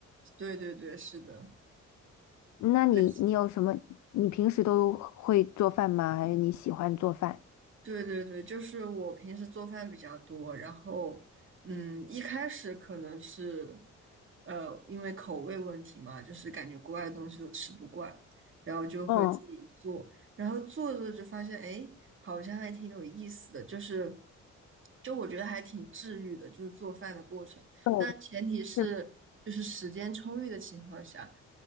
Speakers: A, on the right (about 40°); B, on the left (about 65°).
A: 对对对，是的。
B: 那你你有什么？
A: 对。
B: 你平时都会做饭吗？还是你喜欢做饭？
A: 对对对，就是我平时做饭比较多，然后，嗯，一开始可能是，呃，因为口味问题嘛，就是感觉国外的东西都吃不惯，然后就会自己做，
B: 嗯，
A: 然后做着做着就发现，哎，好像还挺有意思的，就是，就我觉得还挺治愈的，就是做饭的过程，
B: 对，
A: 但前提是就是时间充裕的情况下。
B: 是，